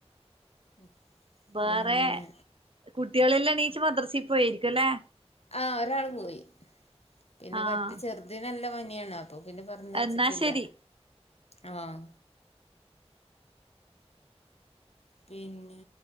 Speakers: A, on the left; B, on the right.
A: <inaudible>
B: ബേറെ
A: പിന്നെ
B: കുട്ടികളെല്ലാം എണീച്ചു മദ്രസീ പോയായിരിക്കുല്ലേ
A: ആഹ് ഒരാള് പോയി പിന്നെ
B: ആഹ്
A: പറ്റ ചെർ തിന് നല്ല പനിയാണ് അപ്പൊ പിന്നെ പറഞ്ഞയച്ചിട്ടില്ല
B: എന്നാ ശരി
A: ആഹ് പിന്നെ